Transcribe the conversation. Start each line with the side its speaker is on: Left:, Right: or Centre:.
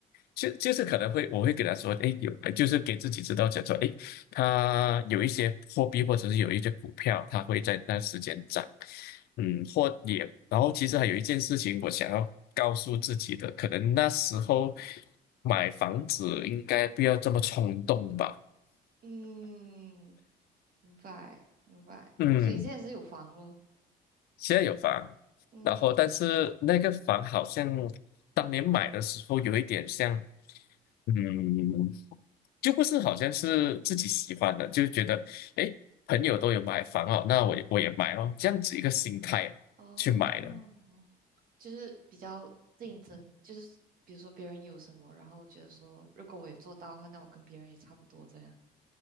Left: 就就是可能会我会给他说，哎，有就是给自己知道讲说，哎，它有一些货币或者是有一些股票，它会在那时间涨，嗯，或也然后其实还有一件事情我想要告诉自己的，可能那时候买房子应该不要这么冲动吧，
Right: 嗯，明白明白。
Left: 嗯。
Right: 所以现在是有房咯，
Left: 现在有房，
Right: 嗯
Left: 然后但是那个房好像当年买的时候有一点像，嗯，就不是好像是自己喜欢的，就觉得诶，朋友都有买房哦，那我也我也买哦，这样子一个心态啊去买的，
Right: 哦。就是比较竞争，就是比如说别人有什么，然后我觉得说如果我也做到的话，那我跟别人也差不多这样。